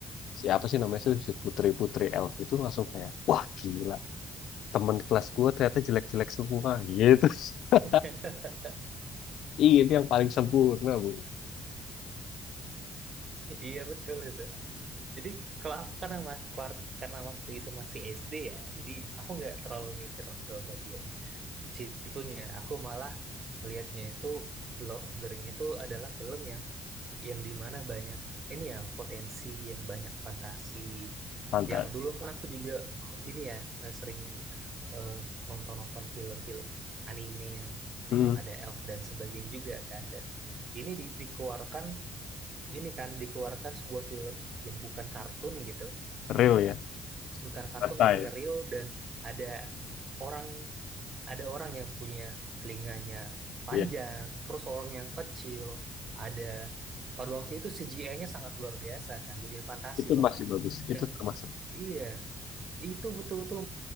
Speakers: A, on the left; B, on the right.
A: siapa sih namanya sih si putri-putri elf itu langsung kayak wah gila temen kelas gua ternyata jelek-jelek semua gitu <laughs>
B: <laughs>
A: Ih, ini yang paling sempurna bu
B: Iya betul itu. Jadi kalau aku karena ma- kuar- karena waktu itu masih SD ya, jadi aku nggak terlalu mikir ke bagian situnya. Aku malah melihatnya itu The Lord of the Ring itu adalah film yang yang dimana banyak ini ya potensi yang banyak fantasi
A: Pantai.
B: yang dulu kan aku juga ini ya eh, sering eh, nonton-nonton film-film anime yang
A: Hmm,
B: yang ada elf dan sebagainya juga kan dan ini di- dikeluarkan ini kan dikeluarkan sebuah film yang bukan kartun gitu
A: real ya.
B: bukan kartun
A: Pantai.
B: ini real dan ada orang ada orang yang punya telinganya panjang,
A: Iya,
B: terus orang yang kecil, ada pada waktu itu CGI-nya sangat luar biasa kan, dunia fantasi
A: itu
B: loh
A: masih
B: kan.
A: bagus.
B: Dan
A: Itu termasuk
B: iya, itu betul-betul